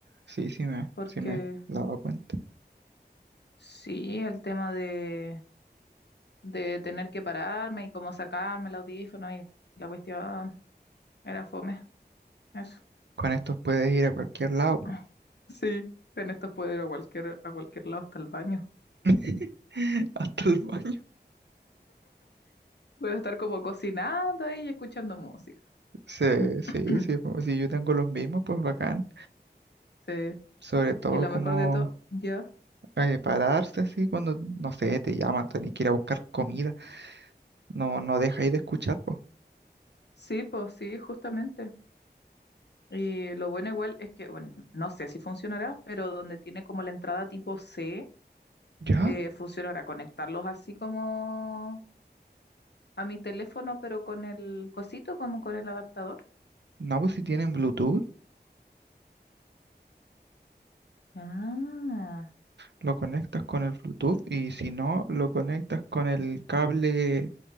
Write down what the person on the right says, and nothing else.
sí, sí me,
sí me he dado cuenta.
Con estos puedes ir a cualquier lado, po.
<laughs> Hasta el baño.
Sí,
sí, sí, pues, si yo tengo los mismos, pues bacán.
Sobre todo
como
eh, pararse así cuando, no sé, te llaman, tenés que ir a buscar comida, no, no dejáis de escuchar, pues.
¿Ya?
No, pues si tienen Bluetooth,
lo conectas con el Bluetooth y si no, lo conectas con el cable,